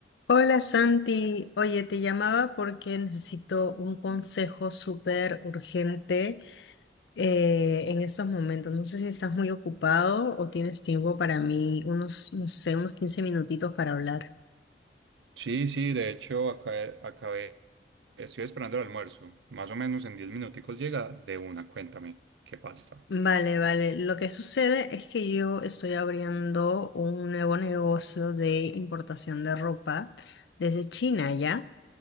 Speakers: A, on the left; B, on the right.
A: Hola Santi, oye, te llamaba porque necesito un consejo súper urgente eh, en estos momentos. No sé si estás muy ocupado o tienes tiempo para mí, unos, no sé, unos 15 minutitos para hablar.
B: Sí, sí, de hecho acabé, acabé, estoy esperando el almuerzo. Más o menos en 10 minuticos llega de una, cuéntame, ¿qué pasa?
A: Vale, vale. Lo que sucede es que yo estoy abriendo un nuevo negocio de importación de ropa desde China, ¿ya?